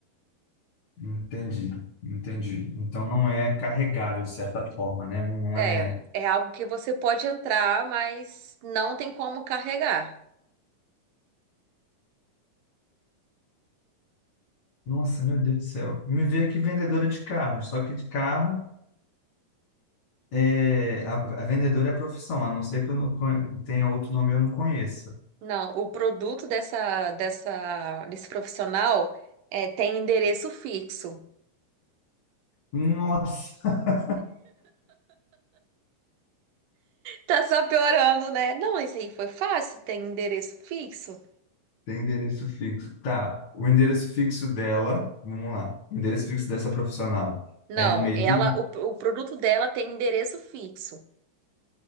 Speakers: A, on the left; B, on the right.
A: Entendi. Entendi. Então não é carregável de certa forma, né? Não, não
B: É,
A: é.
B: é algo que você pode entrar, mas não tem como carregar.
A: Nossa, meu Deus do céu. Me veio aqui vendedora de carro, só que de carro. É, a, a vendedora é a profissão, a não ser que eu não conhe- tenha outro nome e eu não conheça.
B: Não, o produto dessa, dessa, desse profissional é, tem endereço fixo.
A: Nossa, <laughs>
B: Tá só piorando, né? Não, isso aí foi fácil, tem endereço fixo?
A: tem endereço fixo. Tá, o endereço fixo dela, vamos lá. O endereço fixo dessa profissional
B: Não,
A: é no meio
B: ela,
A: de.
B: o, o produto dela tem endereço fixo.